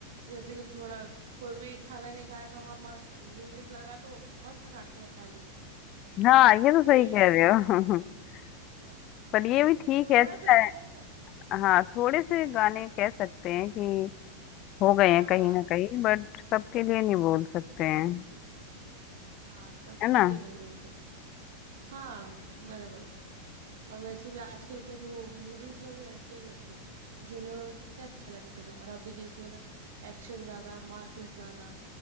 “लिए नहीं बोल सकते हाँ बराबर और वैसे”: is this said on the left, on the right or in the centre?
Right